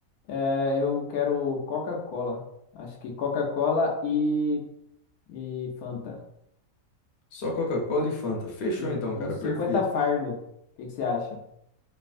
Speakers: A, on the left; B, on the left.
A: É, eu quero Coca-Cola. Acho que Coca-Cola e, e Fanta.
B: Só Coca-Cola e Fanta. Fechou
A: Sim,
B: então,
A: uns
B: cara. Perfeito.
A: 50 fardo. O que que você acha?